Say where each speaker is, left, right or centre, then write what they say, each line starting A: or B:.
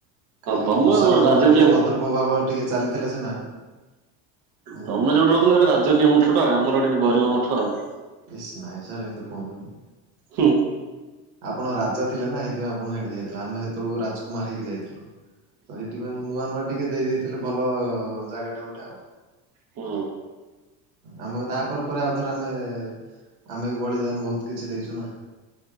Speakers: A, on the right; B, on the right.
A: ଖାଲି
B: ତମ
A: ମୂଷା ମାନଙ୍କର
B: ରାଜକୀୟ
A: ଟିକେ ତଦ୍ରୁପ ଭାବ ଟିକେ ଚାଲିଥିଲେ ସିନା ହୁଁ।
B: ତମେ ଯୋଉଠି ରହୁଥିଲ ସେଟା ରାଜକୀୟ ମଠ ଟା ଆମର ଟିକେ ଗରିବ ମଠ ଆଉ।
A: ଇସ୍‌ନାଇଁ ସାରେ ଏମିତି କୁହନ୍ତୁନି।
B: ହୁଁ।
A: ଆପଣ ରାଜା ଥିଲେ ନା ଏଇଥିପାଇଁ ଆପଣ ସେଇଠି ଦେଇଥିଲେ ଆମେ ସେତେବେଳକୁ ରାଜକୁମାର ହେଇକି ଯାଇଥିଲୁ। ତ ସେଇଥିପାଇଁ ମୁଁ ନୂଆ ନୂଆ ଟିକେ ଦେଇ ଦେଇେଇଥିଲି ଭଲ ଜାଗାଟେ ଗୋଟେ ଆଉ।
B: ହୁଁ।
A: ଆମ ତାପରେ ପରେ ଆଉ ଥରେ ଆମେ ଆମେ ବି ବଳିଦାନ ବହୁତ କିଛି ଦେଇଚୁନା।